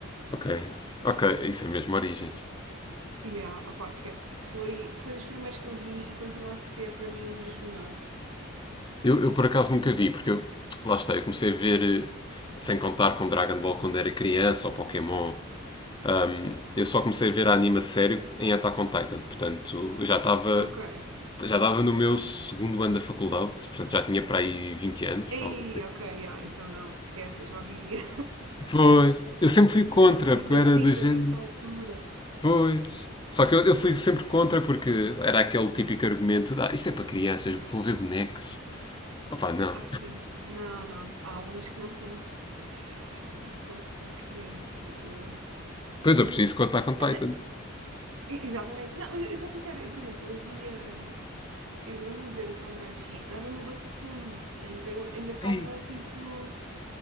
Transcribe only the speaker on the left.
Ok, ok, isso é mesmo Origens.
Eu, eu por acaso nunca vi, porque eu, lá está, eu comecei a ver eh, sem contar com Dragon Ball quando era criança ou Pokémon. Um, eu só comecei a ver a anime a sério em Attack on Titan, portanto eu já estava
já estava no meu segundo ano da faculdade, portanto já tinha para aí 20 anos,
algo assim.
Pois, eu sempre fui contra,
porque
eu era do género.
Pois. Só que eu, eu fui sempre contra porque era aquele típico argumento de ah, isto é para crianças, vou ver bonecos. Opá, não.
Pois eu preciso contar com o Attack
on Titan.
Ei.